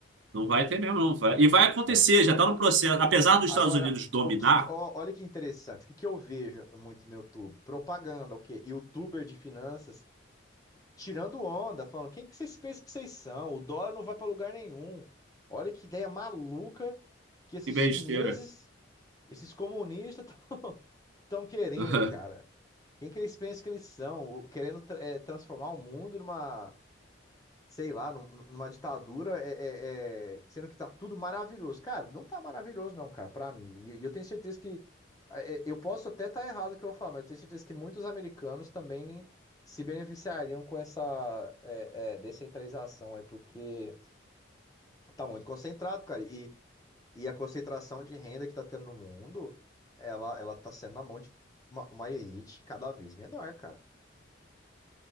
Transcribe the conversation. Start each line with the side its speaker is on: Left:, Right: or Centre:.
Right: Não vai ter mesmo, não. Vai- E vai
Left: Então,
Right: acontecer, já tá no processo. Apesar dos
Left: agora,
Right: Estados Unidos dominar,
Left: o que, que- ó, olha que interessante, o que, que eu vejo muito no YouTube? Propaganda, o quê? Youtuber de finanças tirando onda, falando, quem que vocês pensam que vocês são? O dólar não vai para lugar nenhum. Olha que ideia maluca que esses
Right: que besteira.
Left: chineses, esses comunistas estão <laughs> querendo,
Right: <laughs>
Left: cara. Quem que eles pensam que eles são? O- Querendo tra- eh, transformar o mundo numa sei lá, num- numa ditadura, é, é- é, sendo que tá tudo maravilhoso. Cara, não tá maravilhoso, não, cara, pra mim. E e eu tenho certeza que. é, é, Eu posso até estar errado no que eu vou falar, mas eu tenho certeza que muitos americanos também se beneficiariam com essa é, é, descentralização aí, porque tá muito concentrado, cara. E, e a concentração de renda que tá tendo no mundo, ela, ela tá sendo na mão de uma, uma elite cada vez menor, cara.